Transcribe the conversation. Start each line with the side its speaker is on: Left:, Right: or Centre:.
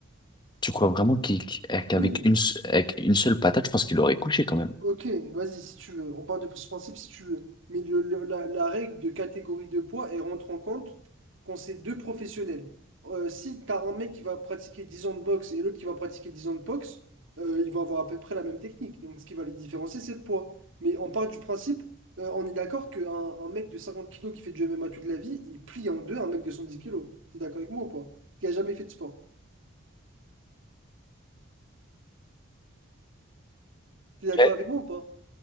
Left: tu crois vraiment qu'il- qu'avec
Right: Oui,
Left: une, se- avec une seule patate, je pense qu'il aurait couché quand même.
Right: Ok, vas-y, si tu veux. On part de ce principe si tu veux. Mais le- le- la, la règle de catégorie de poids, elle rentre en compte quand c'est deux professionnels. Euh, si tu as un mec qui va pratiquer 10 ans de boxe et l'autre qui va pratiquer 10 ans de boxe, euh, ils vont avoir à peu près la même technique. Donc, ce qui va les différencier, c'est le poids. Mais on part du principe, euh, on est d'accord qu'un un mec de 50 kilos qui fait du MMA toute la vie, il plie en deux un mec de 110 kilos. T'es d'accord avec moi ou pas? Qui a jamais fait de sport. T'es d'accord
Left: Ouais.
Right: avec moi ou pas?